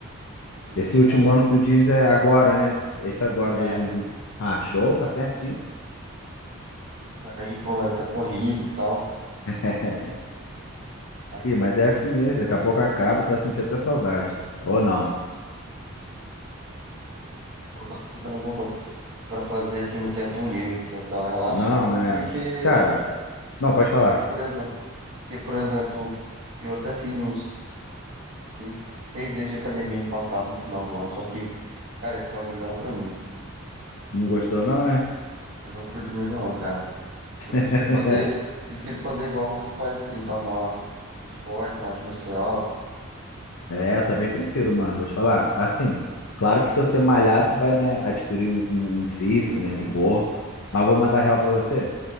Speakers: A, on the right; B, on the left.
A: Sim.
B: Esse último
A: Aí,
B: ano que tu diz é agora, né? Esse agora,
A: é,
B: 2020. Ah, show, tá pertinho.
A: daí, pô, tá corrido e tal.
B: <laughs>
A: Aí,
B: Ih, mas é assim mesmo, daqui a pouco acaba, tu vai sentir até saudade. Ou não.
A: eu tava pensando em alguma coisa pra fazer assim no tempo livre, pra dar uma relaxada.
B: Não, é.
A: Porque,
B: Cara, é- não, pode falar.
A: é, por exemplo, porque, por exemplo, eu até fiz uns seis, seis meses de academia no passado, no final do ano, só que, cara, esse bagulho não é pra mim.
B: Não gostou, não, é?
A: Eu não curto muito, não, cara. Eu
B: <laughs>
A: prefiro fazer, prefiro fazer igual você faz assim, sabe? Uma, um esporte, uma arte marcial.
B: É, eu também prefiro, mano. Vou te falar. Assim, claro que se você malhar, tu vai, né, adquirir um, um- um físico,
A: Sim,
B: né,
A: sim.
B: um corpo. Mas vou mandar real pra você.